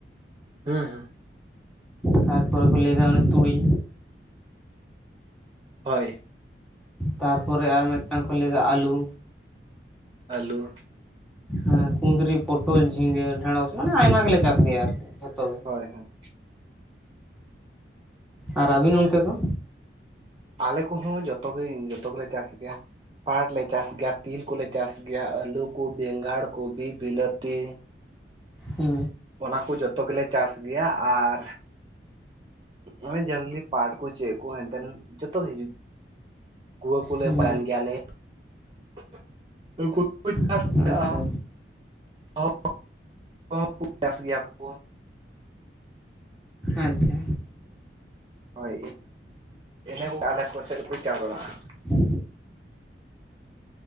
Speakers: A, on the right; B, in the centre.
A: ᱦᱮᱸ ᱦᱮᱸ
B: ᱛᱟᱨᱯᱚᱨᱮ ᱠᱚ ᱞᱟᱹᱭᱟ ᱚᱱᱮ ᱛᱩᱲᱤ
A: ᱦᱳᱭ
B: ᱛᱟᱨᱯᱚᱨᱮ ᱟᱨ ᱢᱤᱫᱴᱟᱝ ᱠᱚ ᱞᱟᱹᱭᱟ ᱟᱞᱩ
A: ᱟᱹᱞᱩ
B: ᱦᱮᱸ ᱠᱩᱸᱫᱽᱨᱤ ᱯᱚᱴᱚᱞ ᱡᱷᱤᱸᱜᱟᱹ ᱰᱷᱮᱸᱲᱚᱥ ᱢᱟᱱᱮ ᱟᱭᱢᱟ ᱜᱮᱞᱮ ᱪᱟᱥ ᱜᱮᱭᱟ ᱟᱨᱠᱤ ᱡᱷᱚᱛᱚ ᱜᱮ
A: ᱦᱳᱭ ᱦᱳᱭ
B: ᱟᱨ ᱟᱹᱵᱤᱱ ᱚᱱᱛᱮ ᱫᱚ?
A: ᱟᱞᱮ ᱠᱚᱦᱚᱸ ᱡᱚᱛᱚᱜᱮ ᱡᱚᱛᱚ ᱜᱮᱞᱮ ᱪᱟᱥ ᱜᱮᱭᱟ ᱯᱟᱴ ᱞᱮ ᱪᱟᱥ ᱜᱮᱭᱟ ᱛᱤᱞ ᱠᱚᱞᱮ ᱪᱟᱥ ᱜᱮᱭᱟ ᱟᱹᱞᱩ ᱠᱚ ᱵᱮᱸᱜᱟᱲ ᱠᱚ ᱵᱤᱞᱟᱹᱛᱤ
B: ᱦᱩ
A: ᱚᱱᱟ ᱠᱚ ᱡᱚᱛᱚ ᱜᱮᱞᱮ ᱪᱟᱥ ᱜᱮᱭᱟ ᱟᱨ ᱜᱚᱭ ᱡᱟᱝᱞᱤ ᱯᱟᱴ ᱠᱚ ᱪᱮᱫ ᱠᱚ ᱦᱮᱱᱛᱮᱱ ᱡᱚᱛᱚᱜ ᱜᱮ ᱦᱤᱡᱩᱜ ᱜᱩᱣᱟᱹ ᱠᱚᱞᱮ
B: ᱦᱩᱸ
A: ᱵᱟᱱ ᱜᱮᱭᱟᱞᱮ ᱪ <unintelligible>
B: ᱦᱩᱸ ᱟᱪᱪᱷᱟ
A: ᱚ <unintelligible> ᱠᱚᱦ ᱠᱚ ᱪᱟᱥ ᱜᱮᱭᱟ ᱠᱚ
B: ᱟᱪᱪᱷᱟ
A: ᱦᱳᱭ ᱤᱱᱟᱹ ᱠᱚ ᱟᱞᱮ ᱠᱚ ᱥᱮᱫ ᱨᱮᱠᱚ ᱪᱟᱣ ᱵᱟᱲᱟᱜᱼᱟ ᱾
B: ᱦᱩ